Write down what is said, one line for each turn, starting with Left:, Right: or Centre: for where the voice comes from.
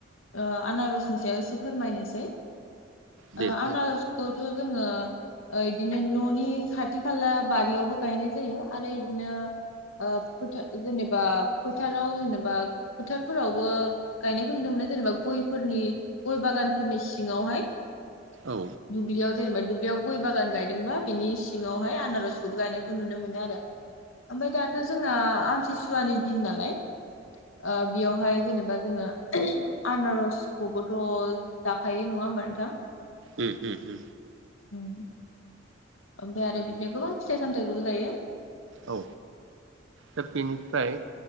Left: ओ आनारसनि सायाव एसे फोरमायनोसै
Right: दे
Left: ओ आनारसखौथ'
Right: औ
Left: जोङो इदिनो न'नि खाथि खाला बारियावबो गायनाय जायो आरो इदिनो फोथ जेनेबा फोथाराव जेनेबा फोथारफोरावबो गायनायखौ नुनो मोनो जेनेबा गयफोरनि गय बागानफोरनि सिङावहाय
Right: औ
Left: दुबलिआव जेनबा दुब्लियाव गय बागान गायदोंबा बिनि सिङावहाय आनारसखौबो गायनायखौ नुनो मोनो आरो ओमफफ्राय दाथ' जोंना आमथिसुवानि दिन नालाय ओ बेयावहाय जेनेबा जोङो आनारसखौबोथ' जाखायो नङा होमबा नोंथां
Right: उ उ उ
Left: उम। ओमफ्राय आरो बिदिनो गोबां फिथाइ सामथायाइखौबो जायो।
Right: औ दा बेनिफ्राय